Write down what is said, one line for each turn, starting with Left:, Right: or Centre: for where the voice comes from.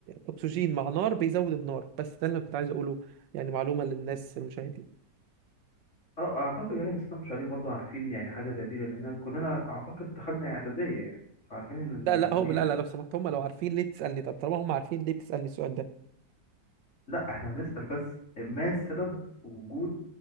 Right: اكسجين مع نار بيزود النار بس ده اللي أنا كنت عايز اقوله يعني معلومة للناس المشاهدين
Left: اه اعتقد يعني السادة المشاهدين برضو عارفين يعني حاجة زي دي لان كلنا اعتقد دخلنا اعدادية يعني فعارفين ان إن
Right: لا
Left: الاكسجين
Right: لا هو لا لا لو سمحت هم لو عارفين ليه تسألني طب طالما هم عارفين ليه بتسألني السؤال ده
Left: لا احنا هنسأل بس ما سبب وجود